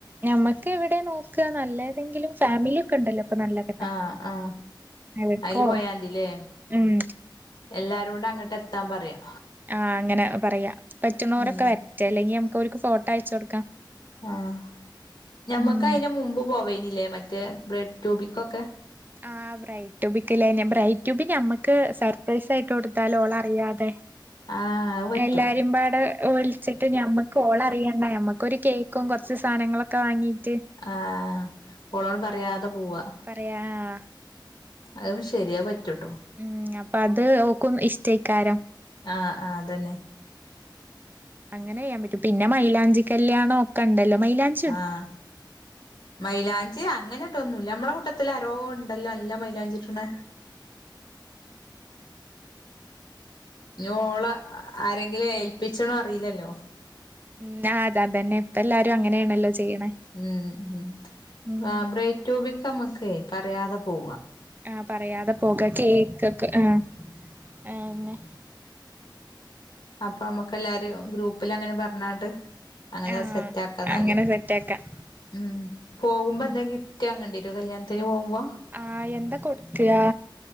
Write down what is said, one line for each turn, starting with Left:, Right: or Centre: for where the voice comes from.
Right: ഞമ്മക്ക് എവിടെ നോക്ക നല്ല ഏതെങ്കിലും ഫാമിലി ഒക്കെ ഉണ്ടല്ലോ അപ്പൊ നല്ല കെട്ടാ
Left: ആഹ് ആഹ്
Right: എവിട്ക്കോ
Left: അയില് പോയാതില്ലേ
Right: ഉം
Left: എല്ലാരോണ്ട് അങ്ങട്ട് എത്താൻ പറയാ
Right: ആ അങ്ങനെ പറയാ പറ്റുണോരൊക്കെ
Left: ഉം
Right: വരറ്റെ അല്ലെങ്കി നമുക്ക് ഓർക്ക് ഫോട്ടോ അയച്ചു കൊടുക്കാം
Left: ആഹ് ഞമ്മക്ക്
Right: ഉം
Left: അതിന് മുമ്പ് പോവേയ്നില്ലേ മറ്റേ ബ്രെഡ് ട്യൂബിക്കൊക്കെ
Right: ആ ബ്രൈഡ് ടൂബിക്കില്ലെ ബ്രൈഡ് ടൂബി ഞമ്മക്ക് സർപ്രൈസ് ആയിട്ട് കൊടുത്താലൊ ഓളറിയാതെ
Left: ആഹ് അത് പറ്റും
Right: എല്ലാരിംപാടെ വിളിച്ചിട്ട് ഞമ്മക്ക് ഓൾ അറിയാണ്ടെ ഞമ്മക്കൊരു കേക്കും കുറച്ച് സാധനങ്ങളൊക്കെ വാങ്ങീറ്റ്
Left: ആ ഓളോട് പറയാതെ പോവാ
Right: പറയാ ആ ആ ആ
Left: അവും ശെരിയാ അത് പറ്റൂട്ടോ
Right: ഉം അപ്പൊ അത് ഓക്കും ഇഷ്ടേക്കാരം
Left: ആ ആ അതന്നെ
Right: അങ്ങനെയ്യാൻ പറ്റും പിന്നെ മൈലാഞ്ചി കല്യാണോ ഒക്കെ ഉണ്ടല്ലോ മലാഞ്ചി
Left: ആഹ് മൈലാഞ്ചി അങ്ങനെ ഇടൊന്നുല്ല നമ്മളെ കൂട്ടത്തിൽ അരോ ഉണ്ടല്ലോ നല്ല മൈലാഞ്ചിടണെ ഇനി ഓളെ ആരെങ്കിലും ഏൽപ്പിച്ച്ണൊ അറിയില്ലല്ലോ
Right: ഉം അത അതന്നെ ഇപ്പ എല്ലാരും അങ്ങനെയാണല്ലോ ചെയ്യണെ
Left: ഉം ഉം
Right: ഉം
Left: ബ്രൈറ്റ് ടൂബിക്ക് അമ്മക്കേ പറയാതെ പോവ
Right: ആ പറയാതെ പോക കേക്ക് ഒക്കെ ആ ആഅന്നെ
Left: അപ്പൊ മ്മക്ക് എല്ലാരും ഗ്രൂപ്പില് അങ്ങനെ പറഞ്ഞാണ്ട് അങ്ങനെ
Right: ആഹ്
Left: സെറ്റ് ആക്കാ എന്നാല്
Right: അങ്ങനെ സെറ്റാക്കാം
Left: ഉം പോകുമ്പോ
Right: ഉം
Left: എന്താ ഗിഫ്റ്റ് വാങ്ങേണ്ടി വരൊ കല്യാണത്തിന് പോവുമ്പോ
Right: ആ എന്താ കൊട്ക്കാ